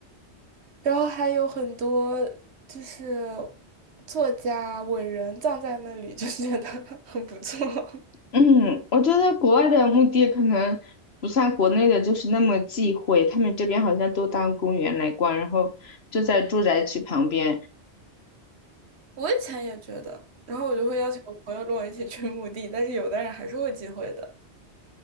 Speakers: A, on the right (about 70°); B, on the left (about 65°).
A: 然后还有很多就是作家伟人葬在那里，就觉得很不错。<laughs>
B: 嗯，我觉得国外的墓地可能不像国内的，就是那么忌讳。他们这边好像都当公园来逛，然后就在住宅区旁边。
A: 我以前也觉得，然后我就会邀请我朋友跟我一起去墓地，但是有的人还是会忌讳的。